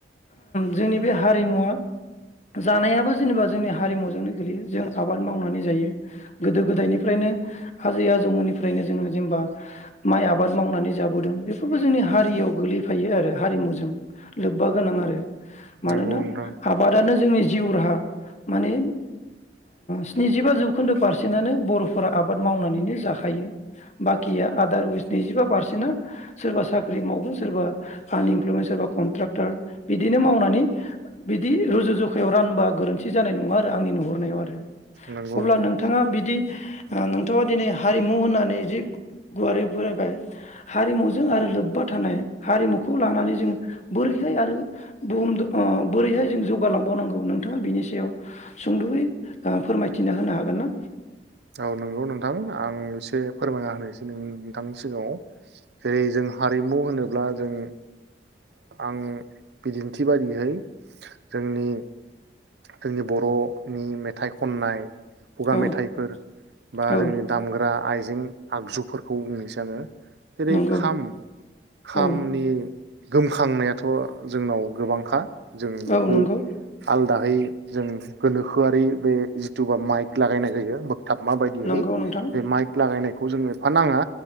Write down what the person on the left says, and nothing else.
जोंनि बे हारिमुवा जानायाबो जेनेबा जोंनि हारिमुजोंनो गोगलैयो जों आबाद मावनानै जायो गोदो गोदायनिफ्रायनो आजै आजौमोननिफ्रायनो जोङो जेनेबा माइ आबाद मावनानै जाबोदों बेफोरबो जोंनि हारियाव गोगलैफायो आरो हारिमुजों लोब्बा गोनां आरो मानोना
आबादानो जोंनि जिउ राहा माने स्निजिबा जौखोन्दो पारसेन्टनो बर'फोरा आबाद मावनानैनो जाखायो बाखिया आदारवाइज नैजिबा पारसेन्ट बिना सोरबा साख्रि मावगोन सोरबा आनइमप्लयमेन्ट सोरबा कन्ट्रेक्टार बिदिनो मावनानै बिदि रुजु जुखायाव रानबा गोरोन्थि जानाय नङा आरो आंनि नुहरनायाव आरो
अब्ला
नोंथाङा बिदि आ नोंथाङा दिनै हारिमु होननानै जि गुवारै फोरायबाय हारिमुजों आरो लोब्बा थानाय हारिमुखौ लानानै जों बोरैहाय आरो बुहुम बोरैहाय जों जौगालांबावनांगौ नोंथाङा बिनि सायाव सुंद'यै फोरमायथिना होनो हागोन ना
औ
औ
नंगौ
औ
औ नंगौ
नंगौ नोंथां